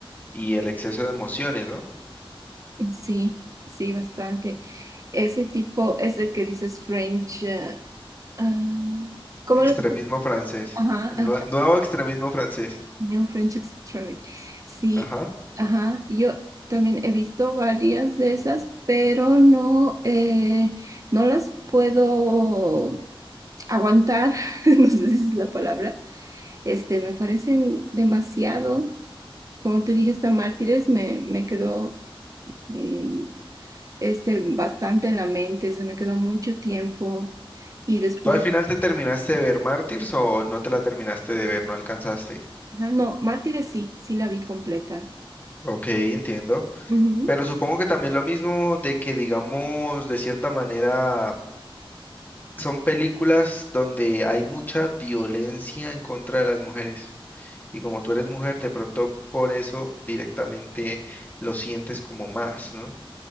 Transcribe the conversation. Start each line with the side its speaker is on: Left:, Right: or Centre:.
Left: y el exceso de emociones, ¿no?
Right: Sí, sí, bastante. Ese tipo, ese que dices French, ah, Ah, ¿cómo
Left: Extremismo
Right: lo dices?
Left: francés,
Right: Ajá,
Left: el
Right: ajá.
Left: nue- nuevo extremismo francés.
Right: New Friendships Travel. Sí,
Left: Ajá.
Right: ajá. Yo también he visto varias de esas, pero no, eh, no las puedo aguantar. <laughs> No sé si es la palabra. Este, me parecen demasiado. Como te dije, esta Mártires me, me quedó mm, este, bastante en la mente. Se me quedó mucho tiempo. Y después,
Left: ¿Tú al final te terminaste de ver Mártires o no te la terminaste de ver, no alcanzaste?
Right: ah, no, Mártires sí, sí la vi completa.
Left: Ok, entiendo.
Right: Ujú,
Left: Pero supongo que también lo mismo de que, digamos, de cierta manera, son películas donde hay mucha violencia en contra de las mujeres. Y como tú eres mujer, de pronto por eso directamente lo sientes como más, ¿no?